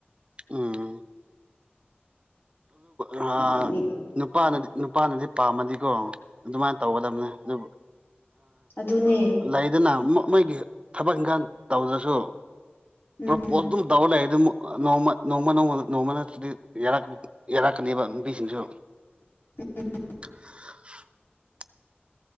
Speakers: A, on the right (about 30°); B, on the left (about 70°).
A: ꯑ ꯑ
B: ꯎꯝ
A: ꯅꯨꯄꯥꯅꯗꯤ ꯅꯨꯄꯥꯅꯗꯤ ꯄꯥꯝꯃꯗꯤꯀꯣ ꯑꯗꯨꯃꯥꯏꯅ ꯇꯧꯒꯗꯕꯅꯦ ꯑꯗꯨ
B: ꯑꯗꯨꯅꯦ
A: ꯂꯩꯗꯅ ꯃꯣꯏꯒꯤ ꯊꯕꯛ ꯏꯪꯈꯥꯡ ꯇꯧꯗ꯭ꯔꯁꯨ
B: ꯎꯝ
A: ꯄꯣꯠ ꯑꯗꯨꯝ ꯇꯧꯔ ꯂꯩꯔꯦ ꯑꯗꯨꯝꯣꯡꯃ ꯅꯣꯡꯃ ꯅꯃ ꯅꯣꯡꯃ ꯅꯗꯤ ꯌꯦꯔ ꯌꯦꯔ ꯀꯅꯤꯕ ꯄꯕꯤꯁꯤꯁꯨ
B: <unintelligible>
A: <unintelligible>